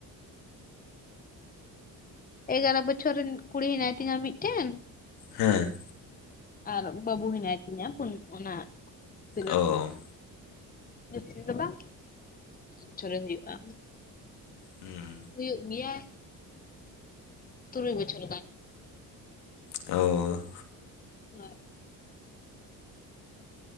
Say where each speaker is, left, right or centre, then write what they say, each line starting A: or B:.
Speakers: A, on the left (about 20°); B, on the left (about 85°).
A: ᱮᱜᱟᱨᱚ ᱵᱚᱪᱷᱚᱨ ᱨᱮᱱ ᱠᱩᱲᱤ ᱦᱮᱱᱟᱭ ᱛᱤᱧᱟᱹ ᱢᱤᱫᱴᱮᱱ
B: ᱦᱮᱸ
A: ᱟᱨ ᱵᱟᱹᱵᱩ ᱦᱮᱱᱟᱭ ᱛᱤᱧᱟᱹ ᱚᱱᱟ ᱛᱤᱱᱟᱹᱜ-
B: ᱚ
A: ᱡᱟᱹᱥᱛᱤ ᱫᱚ ᱵᱟᱝ ᱵᱚᱪᱷᱚᱨᱮ ᱦᱩᱭᱩᱜᱼᱟ᱾
B: ᱦᱮᱸ
A: ᱦᱩᱭᱩᱜ ᱜᱮᱭᱟᱭ -ᱛᱩᱨᱩᱭ ᱵᱚᱪᱷᱚᱨ ᱜᱟᱱ᱾
B: ᱳ
A: ᱦᱳᱭ